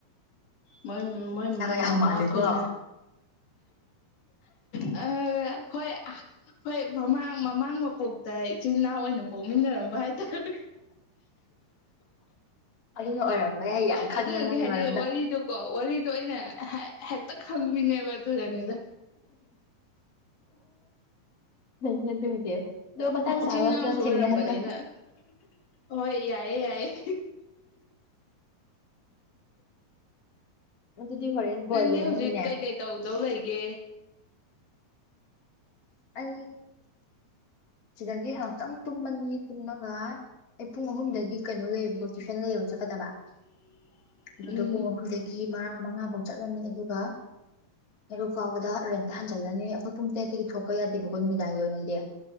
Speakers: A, on the left; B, on the left.
A: ꯃꯣꯏ ꯃꯣꯏ
B: ꯌꯥꯝ
A: ꯃꯃꯥ
B: ꯃꯥꯜꯂꯤꯀꯣ
A: ꯑꯩꯈꯣꯏꯅ ꯑ ꯍꯣꯏ ꯍꯣꯏ ꯃꯃꯥꯡ ꯃꯃꯥꯡ ꯃꯄꯨ ꯏꯆꯤꯟꯜ ꯏꯅꯥꯎ ꯑꯣꯏꯅ ꯄꯣꯛꯃꯤꯟꯅꯔꯝꯕ ꯍꯥꯏꯇꯥꯔꯦ
B: ꯑꯗꯨꯅ ꯑꯣꯏꯔꯝꯕ ꯌꯥꯏ ꯌꯥꯝ ꯈꯪꯉꯦ
A: ꯑꯗꯨꯗꯨꯒꯤ
B: ꯃꯥꯒꯤ
A: ꯍꯥꯏꯗꯤ
B: ꯃꯔꯝꯗ
A: ꯋꯥꯔꯤꯗꯣꯀꯣ ꯋꯥꯔꯤꯗꯣ ꯑ ꯑꯣꯏꯅ ꯍꯦꯛꯇ ꯈꯪꯕꯤꯅꯦꯕ ꯑꯗꯨꯗꯅꯤꯗ
B: ꯂꯩꯅꯦ ꯑꯗꯨꯏꯅꯦ ꯑꯗꯣ ꯃꯇꯥꯡ
A: ꯏꯆꯤꯜ
B: ꯆꯥꯕ
A: ꯏꯅꯥꯎꯁꯨ
B: ꯑꯝꯅ ꯊꯦꯡꯅꯍꯟꯕ
A: ꯑꯣꯏꯔꯝꯕꯅꯤꯅ ꯍꯣꯏ ꯌꯥꯏꯑꯦ ꯌꯥꯏꯑꯦ
B: ꯑꯗꯨꯗꯤ ꯍꯣꯔꯦꯟ ꯕꯣꯜ
A: ꯅꯪꯗꯤ
B: ꯌꯦꯡꯉꯅꯤꯅꯦ
A: ꯍꯧꯖꯤꯛ ꯀꯩꯀꯩ ꯇꯧꯗꯧ ꯂꯩꯒꯦ
B: ꯑꯩ ꯁꯤꯗꯒꯤ ꯉꯥꯏꯍꯥꯛꯇꯪ ꯇꯨꯝꯃꯅꯤ ꯇꯨꯝꯂꯒ ꯑꯩ ꯄꯨꯡ ꯑꯍꯨꯝꯗꯒꯤ ꯀꯩꯅꯣ ꯂꯩꯌꯦꯕꯀꯣ ꯇ꯭ꯋꯏꯁꯟ ꯂꯩꯌꯦꯕ ꯆꯠꯀꯗꯕ
A: <unintelligible>
B: ꯑꯗꯨꯗꯣ
A: ꯎꯝ
B: ꯄꯨꯡ ꯑꯍꯨꯝꯗꯒꯤ ꯃꯉꯥ ꯃꯉꯥꯐꯧ ꯆꯠꯂꯅꯤ ꯑꯗꯨꯒ ꯑꯔꯨꯛ ꯐꯥꯎꯕꯗ ꯔꯦꯟꯇ ꯍꯟꯖꯜꯂꯅꯤ ꯑꯩꯈꯣꯏ ꯄꯨꯡ ꯇꯔꯦꯠꯇꯒꯤ ꯊꯣꯛꯄ ꯌꯥꯗꯦꯕꯀꯣ ꯅꯨꯃꯤꯗꯥꯡꯒꯤ ꯑꯣꯏꯅꯗꯤ